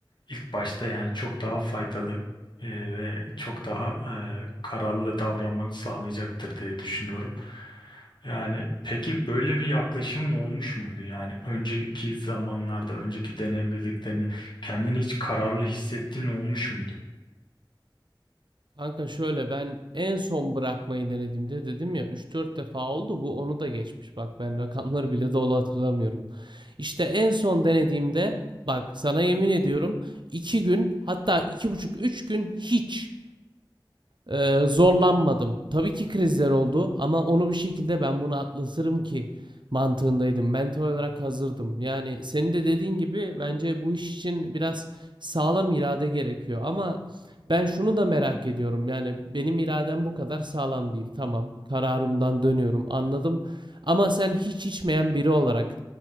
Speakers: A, on the left; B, on the right.
A: ilk başta yani çok daha faydalı e, ve çok daha e, kararlı davranmanı sağlayacaktır diye düşünüyorum. Yani peki böyle bir yaklaşımın olmuş muydu? Yani önceki zamanlarda, önceki deneyimlediklerini kendini hiç kararlı hissettiğin olmuş muydu?
B: Kanka şöyle ben en son bırakmayı denediğimde dedim ya üç dört defa oldu bu onu da geçmiş. Bak ben rakamları bile dolu hatırlamıyorum. İşte en son denediğimde bak sana yemin ediyorum 2 gün hatta iki buçuk üç gün hiç. Ee, zorlanmadım. Tabii ki krizler oldu ama onu bir şekilde ben bunu atlatırım ki mantığındaydım. Mentor olarak hazırdım. Yani senin de dediğin gibi bence bu iş için biraz sağlam irade gerekiyor. Ama ben şunu da merak ediyorum. Yani benim iradem bu kadar sağlam değil. Tamam, kararımdan dönüyorum. Anladım. Ama sen hiç içmeyen biri olarak